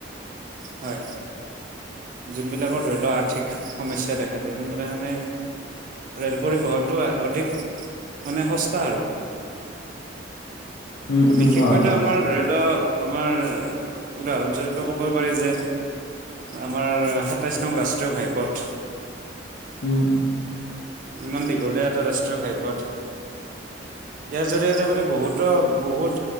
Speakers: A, on the right; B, on the left.
A: হয় যোনবিলাকৰ ধৰি লওক আৰ্থিক সমস্যা দেখা দিয় সেইবিলাকখানে ৰেল পৰিবহণটো অধিক মানে সস্তা আৰু
B: উম উম
A: বিশেষকৈতো
B: হয়
A: আমাৰ ৰেল আমাৰ উদাহৰণস্বৰূপে ক'ব পাৰি যে আমাৰ সাতাইছ নং ৰাষ্ট্ৰীয় ঘাইপথ
B: উম
A: ইমান দীঘলীয়া এটা ৰাষ্ট্ৰীয় ঘাইপথ ইয়াৰ জৰিয়তে মানে বহুতো বহুত